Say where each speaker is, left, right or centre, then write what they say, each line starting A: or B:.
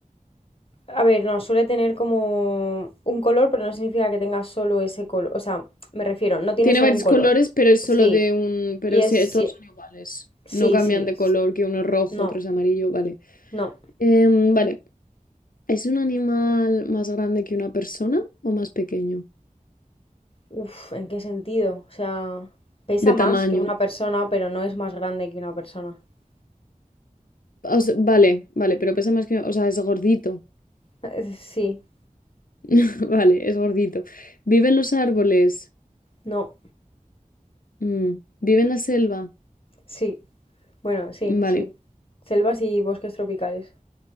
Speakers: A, on the left; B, on the left.
A: A ver, no, suele tener como un color, pero no significa que tenga solo ese color. O sea, me refiero, no tiene
B: Tiene
A: solo
B: varios
A: un color.
B: colores, pero es
A: Sí,
B: solo de un. Pero
A: y es
B: sí,
A: sí,
B: es- todos son iguales.
A: sí,
B: No cambian
A: sí.
B: de
A: s-
B: color, que uno es rojo,
A: No,
B: otro es amarillo, vale.
A: no.
B: Em, vale. ¿Es un animal más grande que una persona o más pequeño?
A: Uf, ¿en qué sentido? O sea, pesa
B: De
A: más
B: tamaño.
A: que una persona, pero no es más grande que una persona. <laughs>
B: O sea, vale, vale, pero pesa más que. O sea, es gordito.
A: Eh, Sí,
B: <laughs> Vale, es gordito. ¿Vive en los árboles?
A: no,
B: Mm. ¿Vive en la selva?
A: sí. Bueno, sí,
B: Mm, Vale,
A: sí. Selvas y bosques tropicales.